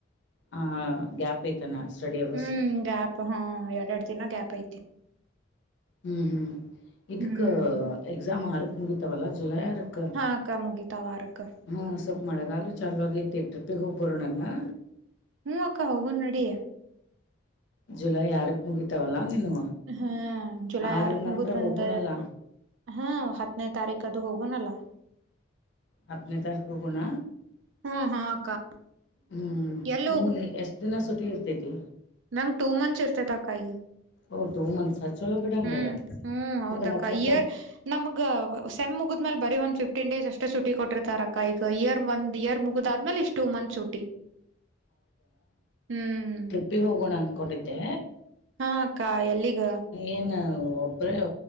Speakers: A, on the left (about 65°); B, on the right (about 70°).
A: ಹ ಗ್ಯಾಪ್ ಐತಾನ ಸ್ಟಡಿ ಅವರ್ಸ
B: ಹ್ಮ್ ಗ್ಯಾಪ್ ಹಾ ಎರಡ ಎರಡು ದಿನ ಗ್ಯಾಪ್ ಐತಿ
A: ಹ್ಮ್ ಹ್ಮ್ ಇದುಕ್ಕ
B: ಹ್ಮ್
A: ಎಕ್ಸಾಮ್ ಆರುಕ್ ಮುಗತವಲ್ಲ ಜುಲೈ ಆರಕ
B: ಹಾ ಅಕ್ಕಾ ಮುಗೀತಾವ ಆರಕ್ಕೆ
A: ಹಾಂ ಸ್ವಲ್ಪ ಮಳೆಗಾಲು ಚಾಲೂ ಆಗೈತಿ ಟ್ರಿಪ್ಪಿಗೆ ಹೋಗ್ಬೋರು ನಂಗೆ
B: ಹ್ಮ್ ಅಕ್ಕ ಹೋಗನ್ ನಡಿ
A: ಜುಲೈ ಆರಕ್ ಮುಗಿತಾವಲ್ಲಾ ನೀನು
B: ಹ್ಮ್ ಜುಲೈ
A: ಆರ
B: ಆರಕ್
A: ನಂತರ
B: ಮುಗುದ್ರಂದ
A: ಹೋಗೋಣಲ್ಲ
B: ಹಾ ಹತ್ತನೇ ತಾರೀಕ ಅದು ಹೋಗನಲ್ಲಾ
A: ಹತ್ ನೇ ತಾರೀಕು ಹೋಗೋಣ
B: ಹ್ಮ ಹಾ ಅಕ್ಕ
A: ಹ್ಮ್
B: ಎಲ್ಲಿ
A: ನಿಮಗ ಎಷ್ಟ ದಿನ ಸುಟಿ ಇರ್ತೇತಿ
B: ನನಗ ಟೂ ಮಂತ್ ಚ್ಚಿರ್ತದ ಅಕ್ಕ ಈಗ
A: ಓ ಟೂ ಮಂತ್ಸ್ ಚಲೋ ಬಿಡಂಗಾರ
B: ಹ್ಮ್ ಹ್ಮ್ ಹೌದಕ್ಕ
A: ಹಂಗಾರ ಹತ್ತನೇ
B: ಇಯರ್
A: ತ
B: ನಮ್ಗ ಸೇಮ್ ಮುಗಿದ್ಮೇಲೆ ಬರೀ ಒಂದ ಫಿಫ್ಟೀನ್ ಡೇಸ್ ಅಷ್ಟೇ ಸುಟಿ ಕೊಟ್ಟರ್ತಾರ ಅಕ್ಕಾ ಈಗ ಇಯರ್ ಒಂದ್ ಇಯರ್ ಮುಗುದಾದ್ಮೇಲೆ ಇಷ್ಟ ಟೂ ಮಂತ್ ಸುಟಿ ಹ್ಮ್
A: ಉಡಪ್ಪಿ ಹೋಗೋಣ ಅಂದಕೊಂಡಿದ್ದೆ
B: ಹಾ ಅಕ್ಕಾ ಎಲ್ಲಿಗ
A: ಏನು ಒಬ್ಬರ